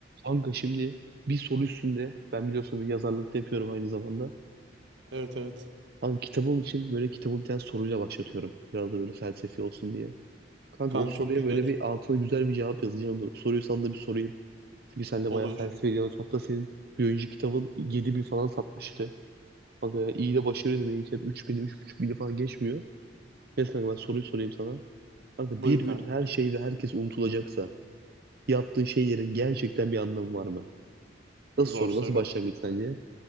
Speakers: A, on the right; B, on the right.
A: Kanka şimdi bir soru üstünde ben biliyorsun bir yazarlık da yapıyorum aynı zamanda.
B: Evet evet.
A: Kanka kitabım için böyle kitabı bir tane soruyla başlatıyorum. Biraz da böyle felsefi olsun diye. Kanka
B: Kanka
A: o soruya
B: çok güzel.
A: böyle bir altına güzel bir cevap yazacağım da soruyu sana da bir sorayım. Çünkü sen de
B: Olur.
A: bayağı felsefe ediyorsun. Hatta senin bir önceki kitabın 7000 falan satmıştı. Kanka ya iyi de başarıydı. Benimkiler 3000'i 3500'i falan geçmiyor. Neyse kanka ben soruyu sorayım sana. Kanka
B: Buyur
A: bir gün
B: kanka.
A: her şey ve herkes unutulacaksa yaptığın şeylerin gerçekten bir anlamı var mı? Nasıl
B: Zor
A: soru?
B: soru.
A: Nasıl başlangıç sence?